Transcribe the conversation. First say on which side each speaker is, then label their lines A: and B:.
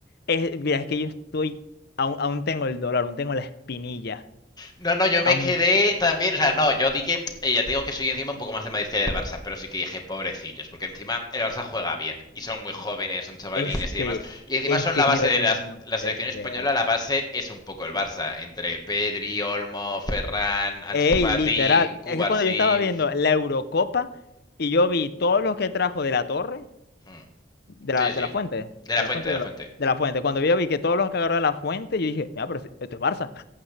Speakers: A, on the left (about 60°); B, on the left (about 20°).
A: es, mira, es que yo estoy, aún, aún tengo el dolor, aún tengo la espinilla.
B: No, no, yo me
A: Aún,
B: quedé también, o sea, no, yo di que, eh, ya te digo que soy encima un poco más del Madrid que del Barça, pero sí que dije, pobrecillos, porque encima el Barça juega bien, y son muy jóvenes, son chavalines
A: Es
B: y
A: que,
B: demás, y encima
A: es
B: son
A: que
B: la
A: yo
B: base de
A: dije,
B: las-
A: no puede
B: la selección española,
A: ser.
B: la base es un poco el Barça, entre Pedri, Olmo, Ferran, Ansu
A: Ey,
B: Fati,
A: literal,
B: Cubarsí,
A: es que cuando yo estaba viendo la Eurocopa y yo vi todos los que trajo de la torre,
B: Mm,
A: de la,
B: sí,
A: de
B: sí,
A: la fuente, de
B: de la fuente,
A: la fuente
B: de
A: de
B: la
A: la,
B: fuente,
A: de la fuente, cuando yo vi que todos los que agarró de la fuente, yo dije, mira, pero si- esto es Barça.